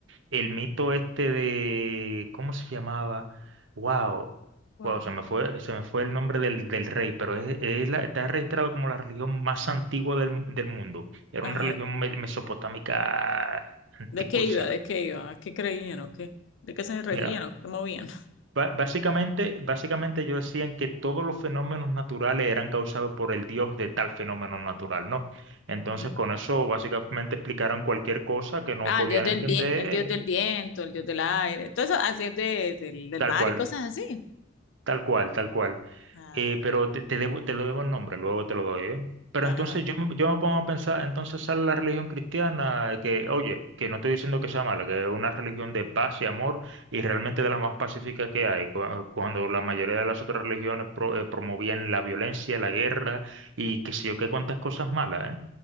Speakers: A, on the right; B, on the left.
A: el mito este de, ¿cómo se llamaba? Wow,
B: Bueno,
A: wow, se me fue, se me fue el nombre del, del rey, pero es, es la- está registrado como la religión más antigua del, del mundo. Era
B: ajá.
A: una religión me- mesopotámica antiquísima.
B: ¿De qué iba? ¿De qué iba? ¿A qué creían o qué? ¿De qué se regían
A: Mira,
B: o qué movían?
A: ba- básicamente, básicamente ellos decían que todos los fenómenos naturales eran causados por el dios de tal fenómeno natural, ¿no? Entonces,
B: Ujú.
A: con
B: <laughs>
A: eso básicamente explicaron cualquier cosa que no
B: Ah,
A: podían
B: el dios del
A: entender,
B: bien el dios del viento, el dios del aire, todo eso, así es de, del, del
A: tal
B: mar
A: cual.
B: y cosas así.
A: Tal cual, tal cual.
B: Ah,
A: Eh,
B: ok.
A: pero te, te debo, te lo debo el nombre, luego te lo doy, ¿eh? Pero
B: Vale,
A: entonces
B: vale.
A: yo me, yo me pongo a pensar, entonces sale la religión cristiana, que, oye, que no estoy diciendo que sea mala, que es una religión de paz y amor y realmente de las más pacíficas que hay, cua- cuando la mayoría de las otras religiones pro- eh, promovían la violencia, la guerra y qué sé yo, qué cuantas cosas malas, ¿eh?